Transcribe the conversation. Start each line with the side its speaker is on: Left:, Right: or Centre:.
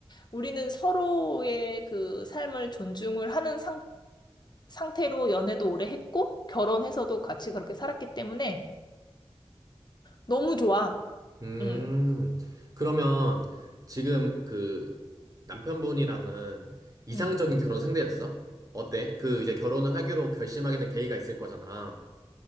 Left: 우리는 서로의 그 삶을 존중을 하는 상, 상태로 연애도 오래 했고, 결혼해서도 같이 그렇게 살았기 때문에 너무 좋아.
Right: 음,
Left: 음,
Right: 그러면 지금 그 남편분이랑은 이상적인
Left: 음.
Right: 결혼 상대였어? 어때? 그 이제 결혼을 하기로 결심하게 된 계기가 있을 거잖아.